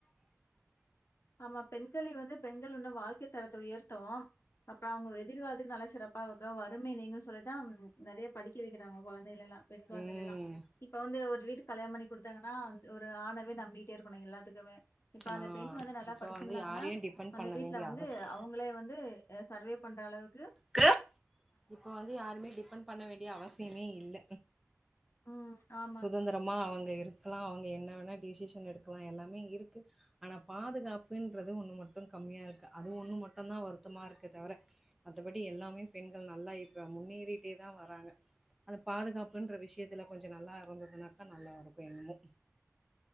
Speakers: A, on the left; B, in the centre.
A: ஆமா பெண்களை வந்து பெண்கள் உன்னு வாழ்க்கை தரத்த உயர்த்தவும் அப்ப அவங்க எதிர்காலத்துக்கு நல்லா சிறப்பா இருக்க வறுமை நீங்கு சொல்லிதா நிறைய படிக்க வைக்கிறாங்க குழந் பிள்ளைகளைல்லா பெண் கொழந்தையல்லா
B: ம்
A: இப்ப வந்து ஒரு வீட்டுக்கு கல்யாணம் பண்ணி கொடுத்தங்கன்னா ஒரு ஆணவே நம்பிட்டே இருக்கணு எல்லாத்துக்குமே இப்ப
B: ஆ
A: அந்த பெண் வந்து நல்
B: இப்போ
A: படிச்சிருந்தாங்கன்னா
B: வந்து யாரையு டிபெண்ட்
A: அந்த
B: பண்ண
A: வீட்ல
B: வேண்டிய
A: வந்து
B: அவசிய
A: அவங்களே வந்து சர்வே பண்ற அள வுக்கு
B: க்கு இப்ப வந்து யாருமே டிபெண்ட் பண்ண வேண்டிய அவசியமே இல்ல
A: ம். ஆமா,
B: சுதந்திரமா அவுங் கே இருக்கலா அவுங்க என்ன வேனா டிசிஷன் எடுக்கலா எல்லாமே இருக்கு ஆனா பாதுகாப்புன்றது ஒண்ணு மட்டு கம்மியா இருக்கு அது ஒண்ணு மட்டுந்தா வருத்தமா இருக்கே தவிர மத்தபடி எல்லாமே பெண்கள் நல்லா இப்ப முன்னேறிட்டே தா வராங்க அது பாதுகாப்புன்ற விஷயத்துல கொஞ்சோ சேரி நல்லா இருந்ததுனாக்கா நல்லா இருக்கு இன்னுமு